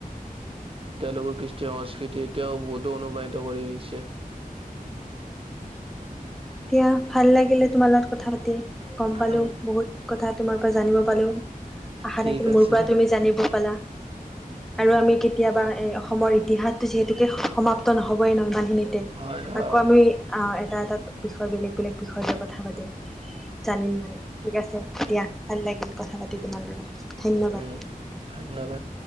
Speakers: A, on the right (about 35°); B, in the centre.
A: তেওঁলোকৰ কৃষ্টি সংস্কৃতি এতিয়াও বোধো অনুপ্ৰাণিত কৰি আহিছে
B: এতিয়া ভাল লাগিলে তোমাৰ লগত কথা পাতি গম পালোঁ
A: উম,
B: বহুত কথা তোমাৰ পৰা জানিব পালোঁ। আশা
A: ঠিক
B: থাকিল
A: আছে
B: মোৰ পৰা তুমি জানিব পালা, আৰু আমি কেতিয়াবা এই অসমৰ ইতিহাসতটো যিহেতুকে সমাপ্ত নহবই নহয় মান নিতে
A: হয়, হয়,
B: আকৌ আমি এটা এটা বিষয় বেলেগ বেলেগ বিষয় লৈ কথা পাতিম। জানিম মানে ঠিক আছে দিয়া ভাল লাগিল কথা পাতি তোমাৰ লগত। ধন্যবাদ।
A: উম ধন্যবাদ।